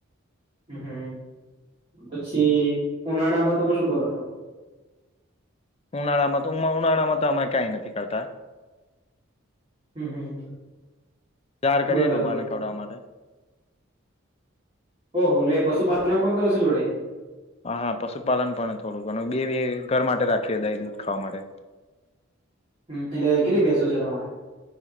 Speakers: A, on the right; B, on the left.
A: હ હમ પછી ઉનાળામાં તમે શું કરો છો
B: ઉનાળામાં તો ઉનાળામાં તો અમે કંઈ નથી કરતા
A: હમ હમ
B: ચાર કરીએ
A: બરાબર
B: ડોબાને ખવડાવવા માટે
A: ઓહ લે પશુપાલન પણ કરો છો જોડે
B: હા હા પશુપાલન પણ થોડું ઘણુ બે ઘર માટે રાખીએ દહી દૂધ ખાવા માટે
A: હમ એટલે કેટલી ભેંસો છે તમારે